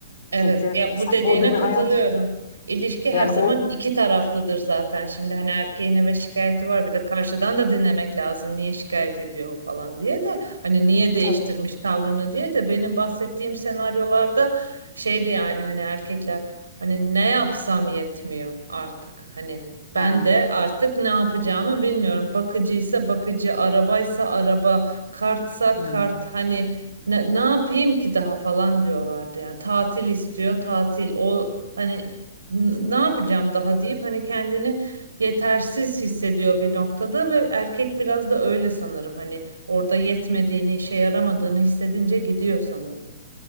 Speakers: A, on the right; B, on the left.
A: Evet,
B: Çünkü
A: ya
B: sen
A: bu dediğine
B: orada bir
A: katılıyorum.
B: hayat
A: İlişki her
B: yani
A: zaman
B: orada
A: iki taraflıdır zaten. Şimdi hani erkeğin eve şikayeti var bir de karşıdan da dinlemek lazım. Niye şikayet ediyor o falan diye de hani niye değiştirmiş
B: Tabii.
A: tavrını diye de benim bahsettiğim senaryolarda şeydi yani hani erkekler hani ne yapsam yetmiyor artık. Hani ben
B: Ha.
A: de artık ne yapacağımı bilmiyorum. Bakıcıysa bakıcı, arabaysa araba, kartsa
B: Hı.
A: kart hani ne, ne yapayım ki daha falan diyorlardı yani tatil istiyor tatil o hani n- ne yapacağım daha deyip hani kendini yetersiz hissediyor bir noktada ve erkek biraz da öyle sanırım hani orada yetmediğini işe yaramadığını hissedince gidiyor sanırım.